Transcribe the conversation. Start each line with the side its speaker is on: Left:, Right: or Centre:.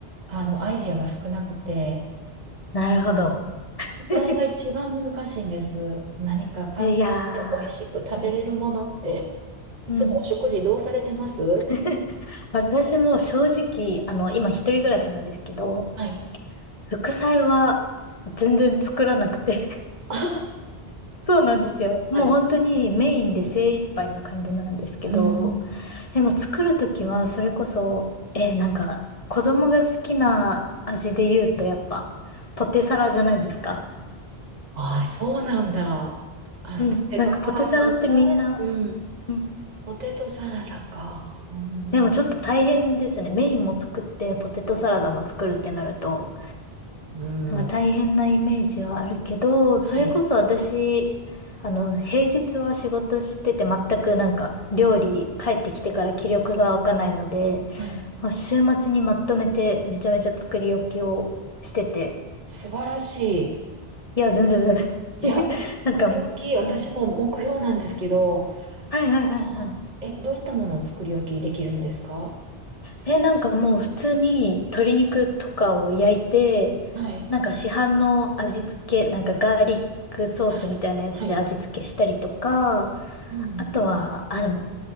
Right: あの、アイディアが少なくて、
Left: なるほど。
Right: 副菜が一番難しいんです。
Left: <laughs>
Right: 何か簡単で美味しく食べれるものって、
Left: いや
Right: いつもお食事どうされてます
Left: ー。うん。<laughs> 私も正直、あの、今一人暮らしなんですけど、
Right: はい。
Left: 副菜は全然作らなくて
Right: は
Left: <laughs> そうなんですよ。もう本当にメインで精一杯な感じなんですけど、
Right: い。<laughs> うん。
Left: でも作るときは、それこそ、え、なんか、子供が好きな味で言うと、やっぱ、ポテサラじゃないですか。
Right: ああ、そうなんだ。あ、
Left: うん。
Right: ポテトサラダね。
Left: なんか、ポテサラってみんな、
Right: うん。
Left: うん。
Right: ポテトサラダか。うん
Left: でもちょっと大変ですね。メインも作って、ポテトサラダも作るってなると、
Right: うん。
Left: なんか大変なイメージはあるけど、
Right: うん。はい。
Left: それこそ私、あの、平日は仕事してて、全くなんか、料理帰ってきてから気力が湧かないので、
Right: はい。
Left: まあ週末にまとめて、めちゃめちゃ作り置きをしてて、
Right: 素晴らしい。
Left: いや、全然全然。
Right: いや、
Left: <laughs>
Right: 作り置き、
Left: なんか、
Right: 私も目標なんですけど、
Left: うん。はいはいはいはい。
Right: あ、え、どういったものを作り置きできるんですか
Left: え、なんかもう普通に鶏肉とかを焼いて、
Right: はい。
Left: なんか市販の味付け、なんかガーリックソースみたいなやつで味付けしたりとか、
Right: はい。はい。うん。
Left: あとは、あ、でも、